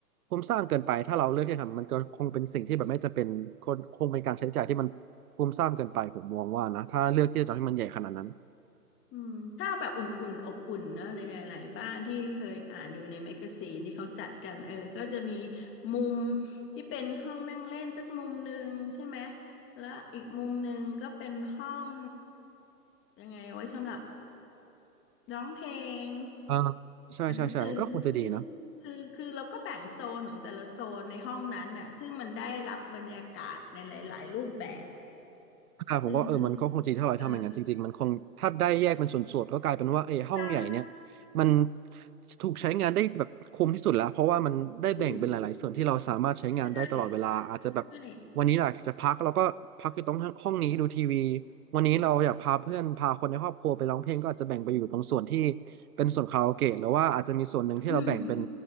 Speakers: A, on the right; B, on the left.
A: คุ้มสร้างเกินไปถ้าเราเลือกที่จะทำมันก็คงเป็นสิ่งที่แบบไม่จำเป็นคนคงเป็นการใช้จ่ายที่มันคุ้มสร้างเกินไปผมมองว่านะถ้าเลือกที่จะทำให้มันใหญ่ขนาดนั้น
B: อืมถ้าแบบอุ่นๆอบอุ่นนะหลายๆหลายบ้านที่เคยอ่านดูในแมกกาซีนที่เขาจัดกันเออก็จะมีมุมที่เป็นห้องนั่งเล่นสักมุมหนึ่งใช่ไหมแล้วอีกมุมหนึ่งก็เป็นห้องยังไงเอาไว้สำหรับร้องเพลง
A: อ่าใช่ใช่ใช่นั่นก็คงจะดีนะ
B: อ่านหนังสือคือคือเราก็แบ่งโซนของแต่ละโซนในห้องนั้นน่ะซึ่งมันได้รับบรรยากาศในหลายๆรูปแบบ
A: อ่าผมก็เออมันก็คงจริงถ้าเราทำอย่างนั้นจริงๆมันคงถ้าได้แยกเป็นส่วนๆก็กลายเป็นว่าเออห้องใหญ่เนี่ย
B: ซึ่งซึ่งเออใช่
A: มันถูกใช้งานได้แบบคุ้มที่สุดแล้วเพราะว่ามันได้แบ่งเป็นหลายๆส่วนที่เราสามารถใช้งานได้ตลอดเวลาอาจจะแบบ
B: อืมใช่ใช่
A: วันนี้อยากจะพักเราก็พักอยู่ตรงห้องนี้ดูทีวีวันนี้เราอยากพาเพื่อนพาคนในครอบครัวไปร้องเพลงก็อาจจะแบ่งไปอยู่ตรงส่วนที่เป็นส่วนคาราโอเกะหรือว่าอาจจะมีส่วนหนึ่งที่เราแบ่งเป็น
B: อืม